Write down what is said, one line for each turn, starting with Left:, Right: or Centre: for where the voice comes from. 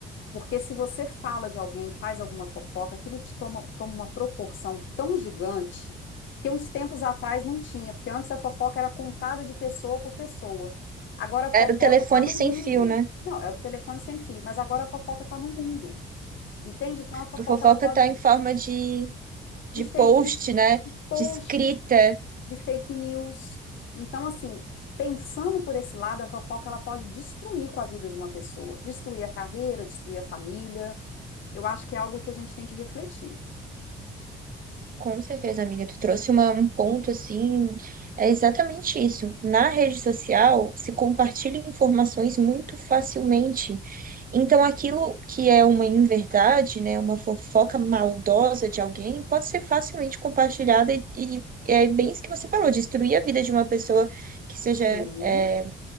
Left: Porque se você fala de alguém, faz alguma fofoca, aquilo te toma, toma uma proporção tão gigante que uns tempos atrás não tinha, porque antes a fofoca era contada de pessoa por pessoa. Agora a fofoca
Right: Era o telefone
Left: está no
Right: sem
Left: mundo.
Right: fio, né?
Left: Não, era o telefone sem fio, mas agora a fofoca está no mundo. Entende? Então a fofoca
Right: A fofoca
Left: ela pode
Right: tá em forma de, de
Left: de fake
Right: post,
Left: em
Right: né?
Left: post,
Right: De escrita.
Left: de fake news. Então, assim, pensando por esse lado, a fofoca ela pode destruir com a vida de uma pessoa, destruir a carreira, destruir a família. Eu acho que é algo que a gente tem que refletir.
Right: Com certeza, amiga, tu trouxe uma- um ponto assim. É exatamente isso. Na rede social se compartilham informações muito facilmente. Então, aquilo que é uma inverdade, né, uma fofoca maldosa de alguém, pode ser facilmente compartilhada e, e é bem isso que você falou, destruir a vida de uma pessoa que seja
Left: Sim,
Right: é,